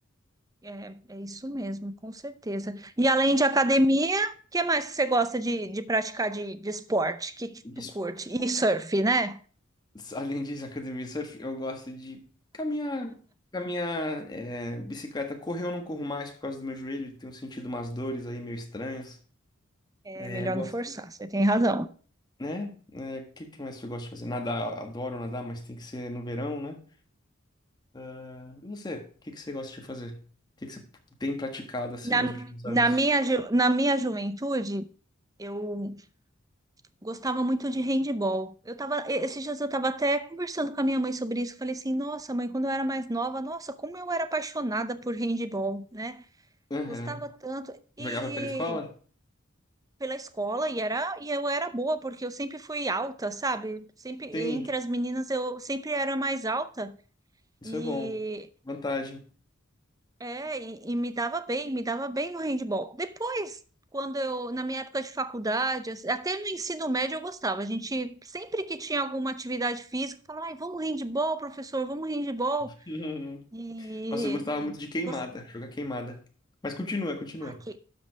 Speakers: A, on the right; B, on the left.
A: É, é isso mesmo, com certeza. E além de academia, o que mais que você gosta de, de praticar de, de esporte? O que, que
B: De
A: tu
B: esporte.
A: curte? E surf, né?
B: Além disso, academia e surf, eu gosto de caminhar, caminhar, é, bicicleta. Correr eu não corro mais por causa do meu joelho, tenho sentido umas dores aí meio estranhas.
A: É
B: É,
A: melhor
B: gosto,
A: não forçar, você tem razão.
B: né? É, o que que mais eu gosto de fazer? Nadar, adoro nadar, mas tem que ser no verão, né? Ah, E você, o que que você gosta de fazer? O que que você tem praticado assim
A: Na,
B: nos últimos anos?
A: na minha, ju- na minha juventude, eu Gostava muito de handball. Eu tava, esses dias eu tava até conversando com a minha mãe sobre isso. Falei assim, nossa, mãe, quando eu era mais nova, nossa, como eu era apaixonada por handball, né?
B: Aham.
A: Gostava tanto. E
B: Jogava pela escola?
A: pela escola, e era, e eu era boa, porque eu sempre fui alta, sabe? Sempre,
B: Sim,
A: entre as meninas, eu sempre era mais alta.
B: isso
A: E
B: é bom. Vantagem.
A: É, e, e me dava bem, me dava bem no handball. Depois, quando eu, na minha época de faculdade, assim, até no ensino médio eu gostava. A gente, sempre que tinha alguma atividade física, falava, ai, vamos handball, professor, vamos handball.
B: <laughs>
A: E
B: Nossa, eu gostava muito de queimada,
A: gostava,
B: jogar queimada. Mas continua, continua.
A: que,